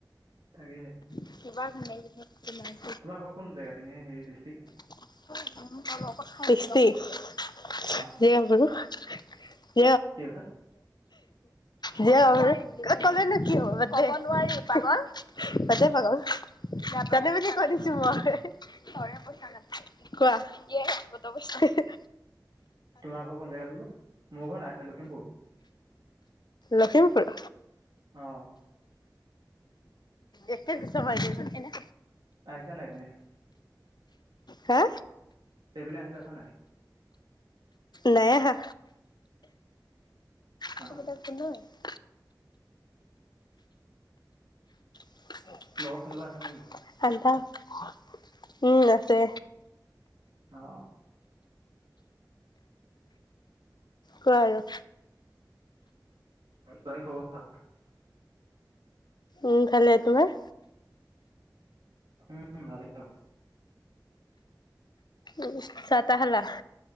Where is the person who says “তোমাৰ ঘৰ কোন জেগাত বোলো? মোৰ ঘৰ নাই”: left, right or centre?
Right